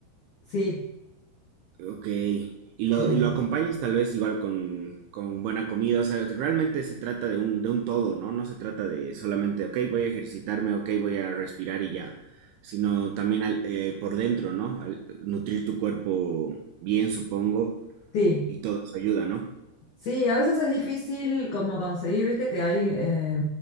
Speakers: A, on the left; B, on the right.
A: sí,
B: Ok. Y lo,
A: eh,
B: y lo acompañas tal vez igual con, con buena comida. O sea, realmente se trata de un, de un todo, ¿no? No se trata de solamente, ok, voy a ejercitarme, ok, voy a respirar y ya. Sino también al- eh, por dentro, ¿no? Al nutrir tu cuerpo bien, supongo.
A: sí,
B: Y todo eso ayuda, ¿no?
A: sí, a veces es difícil como conseguir, viste, que hay, eh,